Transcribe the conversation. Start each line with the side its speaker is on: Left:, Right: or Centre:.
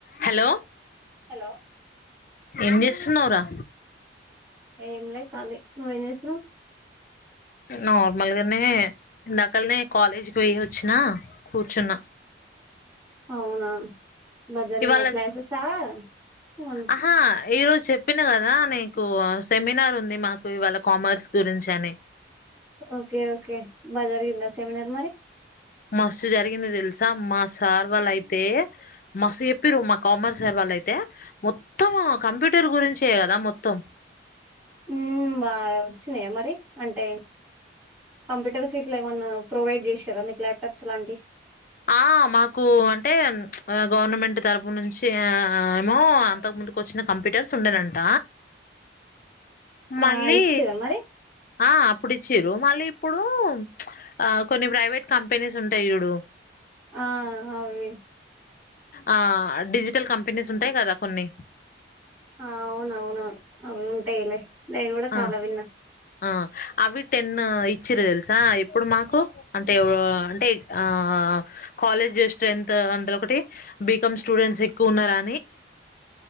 Left: Hello
Right: hello
Left: ఏం చేస్తున్నావురా
Right: ఏం లే కలి నుయినేస్ర
Left: నార్మల్గానే ఇందాకలనే కాలేజీకి పోయి వచ్చినా కూర్చున్న
Right: అవునా మధరి
Left: ఇవాళ
Right: నెక్లాసెసా అవును
Left: ఆహా ఈరోజు చెప్పిన కదా నీకు సెమినార్ ఉంది మాకు ఇవాళ కామర్స్ గురించి అని
Right: ఓకే ఓకే బజార్ గిందా సెమినార్ మరి
Left: మస్తు జరిగింది తెలుసా మా సార్ వాళ్ళ అయితే మస్తు చెప్పిర్రు మా కామర్స్ సార్ వాళ్ళు యితే మొత్తం కంప్యూటర్ గురించే కదా మొత్తం
Right: ఉమ్ బా వచ్చినాయా మరి అంటే కంప్యూటర్స్ ఇట్లా ఏమన్నా ప్రొవైడ్ చేశారా మీకు ల్యాప్టాప్స్ లాంటి
Left: ఆ మాకు అంటే గవర్నమెంట్ తరపు నుంచి ఆ ఏమో అంతకు ముందుకు వచ్చిన కంప్యూటర్స్ ఉండెనంట
Right: ఆ
Left: మళ్ళీ
Right: ఇచ్చిర్రా మరి
Left: ఆ ఇప్పుడు ఇచ్చిర్రు మళ్ళీ ఇప్పుడు ఆ కొన్ని ప్రైవేట్ కంపెనీస్ ఉంటాయి చూడు
Right: ఆ అవి
Left: ఆ డిజిటల్ కంపెనీస్ ఉంటాయి కదా కొన్ని
Right: ఆ అవును అవునవును అవి ఉంటాయిలే నేను కూడా
Left: ఆ
Right: చాలా విన్నా
Left: ఆ అవి టెన్ ఇచ్చిర్రు తెలుసా ఇప్పుడు మాకు అంటే అంటే ఆ కాలేజ్ స్ట్రెంత అంత ఒకటి బికామ్ స్టూడెంట్స్ ఎక్కువ ఉన్నరా